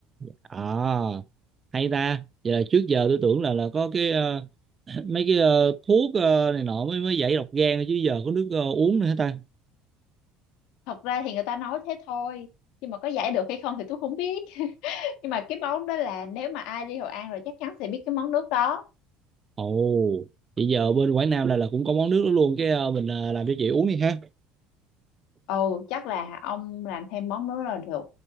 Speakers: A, on the right (about 25°); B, on the left (about 75°).
A: à hay ta vậy là trước giờ tôi tưởng là là có cái ờ, <clears throat> mấy cái ờ, thuốc ờ, này nọ mới mới giải độc gan chứ giờ có nước ờ, uống nữa hả ta
B: thật ra thì người ta nói thế thôi nhưng mà có giải được hay không thì tôi không biết nhưng mà cái món đó là nếu mà ai đi Hội An rồi chắc chắn sẽ biết cái món nước đó
A: ồ vậy giờ bên Quảng Nam là là cũng có món nước đó luôn cái ờ, mình ờ, làm cho chị uống đi ha
B: ừ chắc là ông làm thêm món nước là được